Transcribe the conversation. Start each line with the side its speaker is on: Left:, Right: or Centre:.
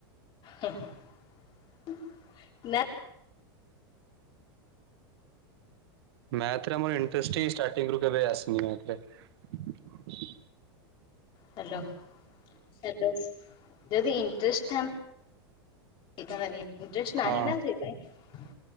Left: ହୁଁ ହୁଁ ନା
Right: ମ୍ୟାଥରେ ଆମର ଇନ୍ତ୍ରେଷ୍ଟ୍ ହିଁ ଷ୍ଟାର୍ଟିଂରୁ କେବେ ଆସିନି ମ୍ୟାଥରେ।
Left: Hello hello. ଯଦି ଇଣ୍ଟରେଷ୍ଟ ଥାଆନ୍ତା ହେଇଥାନ୍ତା ନି ଇଣ୍ଟରେଷ୍ଟ ନାହିଁ
Right: ହଁ
Left: ନା ସେଥିପାଇଁ।